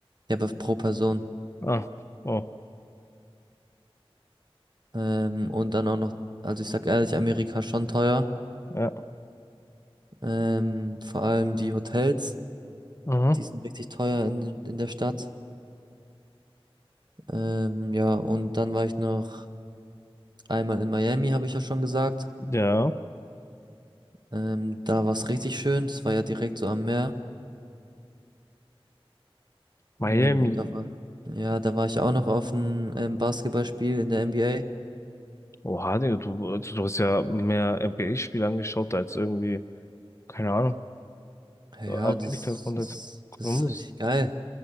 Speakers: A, on the right; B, on the left.
A: ja, aber pro Person.
B: Ah, oh,
A: Ähm, und dann auch noch, also ich sag ehrlich, Amerika schon teuer.
B: ja.
A: Ähm, vor allem die Hotels,
B: Mhm.
A: die sind richtig teuer in, in der Stadt. Ähm, ja, und dann war ich noch einmal in Miami, habe ich ja schon gesagt.
B: Ja.
A: Ähm, da war es richtig schön. Es war ja direkt so am Meer.
B: Miami.
A: Ähm, und da war, Mhm. ja, da war ich auch noch auf einem ähm, Basketballspiel in der NBA.
B: Oha, Digga, du, also du hast ja mehr NBA-Spiele angeschaut als irgendwie, keine Ahnung,
A: Ja,
B: Amerika
A: das
B: und
A: ist,
B: jetzt Columbus.
A: das ist richtig geil.